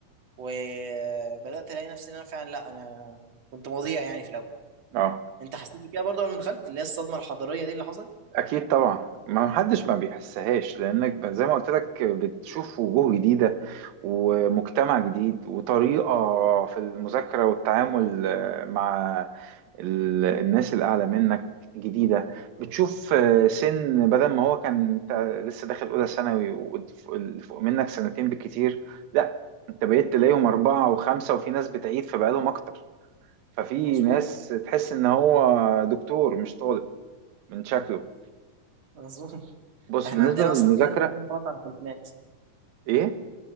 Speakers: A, on the right; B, on the right.
A: وبدأت ألاقي نفسي إن أنا فعلا لأ أنا كنت مضيع يعني في الأول
B: اه
A: أنت حسيت بكده برضه لما دخلت اللي هي الصدمة الحضارية دي اللي حصلت
B: اكيد طبعا ما حدش ما بيحسهاش لانك ب- زي ما قلت لك بتشوف وجوه جديده ومجتمع جديد وطريقه في المذاكره والتعامل آه، مع ال- الناس الاعلى منك جديده بتشوف آه، سن بدل ما هو كان انت لسه داخل اولى ثانوي واللي فوق منك سنتين بالكتير لا انت بقيت تلاقيهم اربعه وخمسه وفي ناس بتعيد فبقالهم اكتر ففي
A: مظبوط
B: ناس تحس ان هو دكتور مش طالب من شكله
A: اظن
B: بص
A: احنا
B: بالنسبة
A: عندنا
B: للمذاكرة
A: اصلا في ناس داخلين خلاص على الثلاثينات
B: ايه